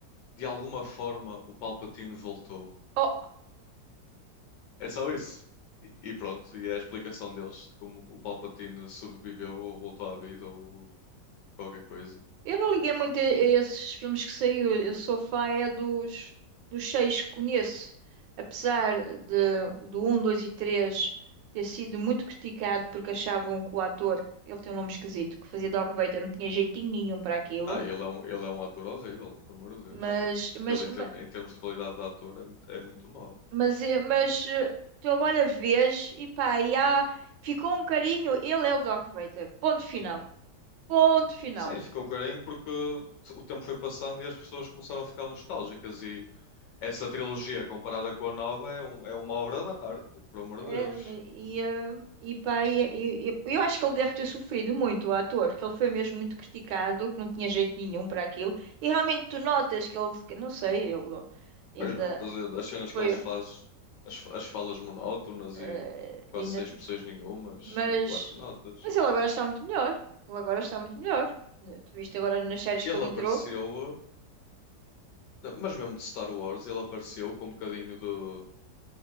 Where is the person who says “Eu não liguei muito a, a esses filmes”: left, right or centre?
Right